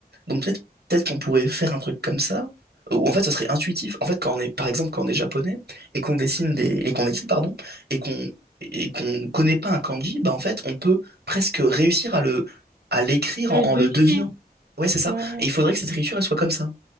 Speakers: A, on the right; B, on the right.
A: donc peut-être peut-être qu'on pourrait faire un truc comme ça, où en fait, ce serait intuitif. En fait, quand on est, par exemple, quand on est japonais et qu'on dessine des, et qu'on écrit, pardon, et qu'on et qu'on connaît pas un kanji, bah en fait, on peut presque réussir à le à l'écrire
B: Ah,
A: en,
B: deviner.
A: en le devinant. Ouais, c'est ça.
B: Ouais.
A: Et il faudrait que cette écriture, elle soit comme ça